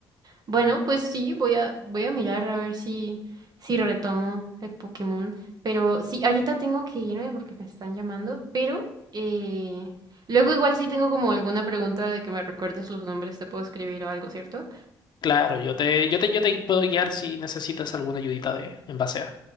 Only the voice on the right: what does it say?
Bueno, pues sí, voy a, voy a mirar a ver si, si retomo el Pokémon. Pero sí, ahorita tengo que irme porque me están llamando, pero eh, luego igual si tengo como alguna pregunta de que me recuerdes los nombres, te puedo escribir o algo, ¿cierto?